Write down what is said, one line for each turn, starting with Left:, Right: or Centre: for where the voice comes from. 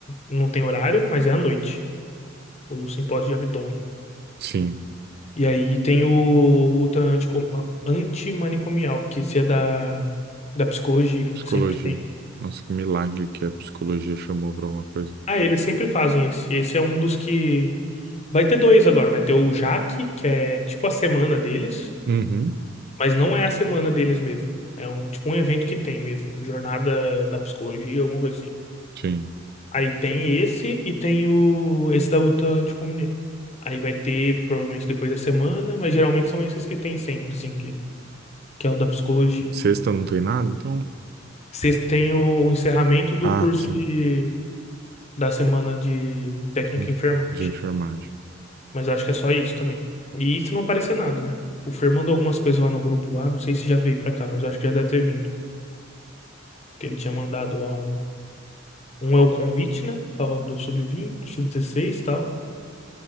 Left: Não tem horário, mas é à noite. O simpósio de abdômen.
Right: Sim.
Left: E aí tem o luta antico- antimanicomial, que esse é da, da psicologia,
Right: Psicologia.
Left: que sempre tem.
Right: Nossa, que milagre que a psicologia chamou pra alguma coisa.
Left: Ah, eles sempre fazem esse. Esse é um dos que. Vai ter dois agora. Vai ter o Jaque, que é tipo a semana deles,
Right: Uhum,
Left: mas não é a semana deles mesmo. É um tipo um evento que tem mesmo. Jornada da psicologia, alguma coisa assim.
Right: sim.
Left: Aí tem esse e tem o esse da luta anticomunhão. Aí vai ter provavelmente depois da semana, mas geralmente são esses que tem sempre, assim, que, que é o da psicologia.
Right: Sexta não tem nada, então?
Left: Sexta tem o, o encerramento do
Right: Ah,
Left: curso
Right: sim.
Left: de, da semana de técnico
Right: De
Left: em enfermagem.
Right: de enfermagem.
Left: Mas acho que é só isso também. E isso não aparecer nada, né? O Fer mandou algumas coisas lá no grupo lá, não sei se já veio pra cá, mas eu acho que já deve ter vindo. Que ele tinha mandado lá um. Um é o convite, né? Falando do sub-20, do sub-16 e tal.